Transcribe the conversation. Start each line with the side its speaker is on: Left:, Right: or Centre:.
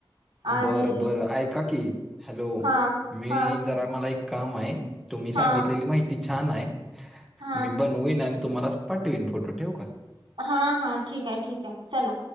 Right: आणि
Centre: बरं बरं ऐका की हॅलो
Right: हा
Centre: मी
Right: हा
Centre: जरा मला एक काम आहे तुम्
Right: हा
Centre: सांगितली माहिती छान आहे
Right: हा
Centre: मी ब होईन आणि तुम्हाला पाठवीन फोटो ठेव का?
Right: हा हा ठीक आहे ठीक आहे चला.